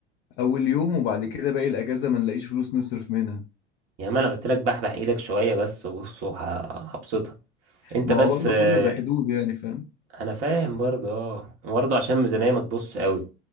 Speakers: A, on the left; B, on the right.
A: اول يوم وبعد كده باقي الاجازة ما نلاقيش فلوس نصرف منها
B: يعني ما انا قلت لك بحبح ايدك شوية بس بص وه- هبسطك انت
A: ما
B: بس
A: هو برضه
B: آه
A: كله بحدود يعني فاهم
B: انا فاهم برضه اه برضه عشان الميزانية ما تبص قوي